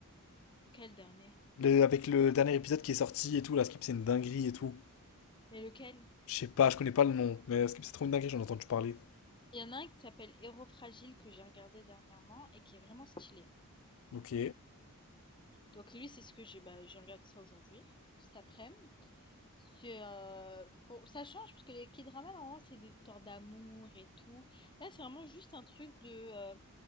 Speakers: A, on the left; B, on the left.
A: quel dernier?
B: Le- avec le dernier épisode qui est sorti et tout, la Skip c'est une dinguerie et tout.
A: Mais lequel?
B: Je sais pas, je connais pas le nom, mais Skip c'est trop une dinguerie, j'en ai entendu parler.
A: Il y en a un qui s'appelle Héros fragile que j'ai regardé dernièrement et qui est vraiment stylé.
B: Ok.
A: Donc lui, c'est ce que j'ai bah, j'ai regardé ça aujourd'hui, cet après-midi. C'est euh, pour ça change parce que les K-dramas normalement c'est des histoires d'amour et tout. Là, c'est vraiment juste un truc de euh,